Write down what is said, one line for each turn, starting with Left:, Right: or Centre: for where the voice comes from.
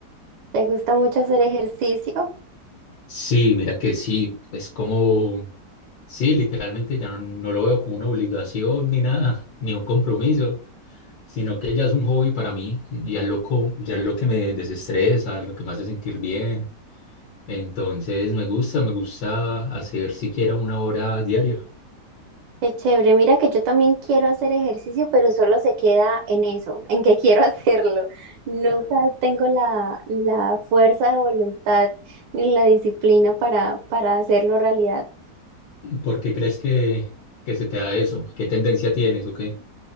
Right: ¿Te gusta mucho hacer ejercicio?
Left: Sí, mira que sí, es como, sí, literalmente ya no, no lo veo como una obligación ni nada, ni un compromiso, sino que ya es un hobby para mí, ya lo, co- ya es lo que me desestresa, lo que me hace sentir bien. Entonces me gusta, me gusta hacer siquiera una hora diaria.
Right: Qué chévere, mira que yo también quiero hacer ejercicio, pero solo se queda en eso, en que <laughs> quiero hacerlo. Nunca tengo la, la fuerza de voluntad ni la disciplina para, para hacerlo realidad.
Left: ¿Por qué crees que, que se te da eso? ¿Qué tendencia tienes? Ok.